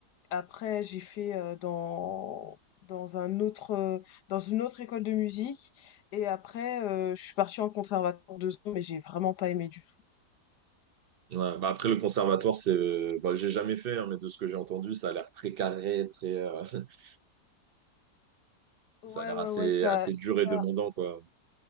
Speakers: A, on the left (about 75°); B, on the right (about 80°).
A: Après, j'ai fait euh, dans dans un autre euh, dans une autre école de musique et après euh, je suis partie en conservatoire deux ans mais j'ai vraiment pas aimé du tout.
B: Ouais, bah après le conservatoire c'est euh, bah, j'ai jamais fait hein, mais de ce que j'ai entendu ça a l'air très carré très euh, <laughs>
A: Ouais
B: Ça a l'air
A: ouais
B: assez,
A: ouais ça
B: assez dur
A: ça
B: et demandant, quoi.